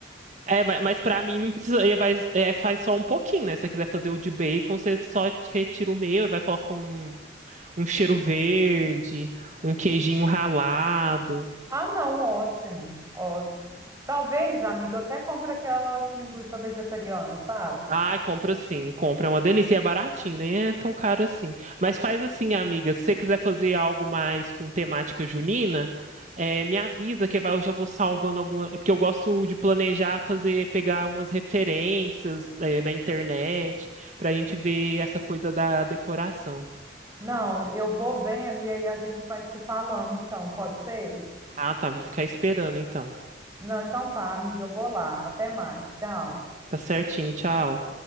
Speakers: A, on the right (about 40°); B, on the right (about 15°).
A: É, ma- mas pra mim não precisa. é, vai- é, faz só um pouquinho, né? Se você quiser fazer o de bacon, você só retira o meu e vai colocar um, um cheiro verde, um queijinho ralado.
B: Ah, não, ótimo, ótimo. Talvez, amiga, eu até compre aquelas linguiças vegetarianas, sabe?
A: Ai, compra sim, compra, é uma delícia. E é baratinho, nem é tão caro assim. Mas faz assim, amiga, se você quiser fazer algo mais com temática junina, eh, me avisa que vai- eu já vou salvando alguma. é Porque eu gosto de planejar, fazer, pegar umas referências, eh, na internet, pra gente ver essa coisa da decoração.
B: Não, eu vou vendo e aí a gente vai se falando, então, pode ser?
A: Ah, tá, vou ficar esperando então.
B: Não, então tá, amiga, eu vou lá. Até mais, tchau.
A: Tá certinho, tchau.